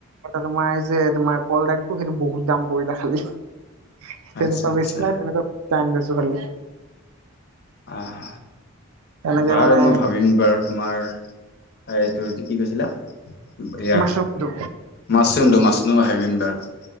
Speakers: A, on the right (about 75°); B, on the left (about 45°).
A: তোমাৰ এই যে তোমাৰ কল দাইটো সেইটো বহুত দাম পৰিল খালি। তেনেকুৱা
B: আচ্ছা আচ্ছা
A: বেছি নাই তেনেকুৱা দুটা আনি থৈছোঁ খালী।
B: আহ,
A: এনেকে
B: বাৰু
A: মানে
B: মই ভাবিম বাৰু তোমাৰ এই এইটো কি কৈছিলা এয়া
A: মাছৰুমটো
B: মাছচোন তটো মাছ মই ভাবিম বাৰু।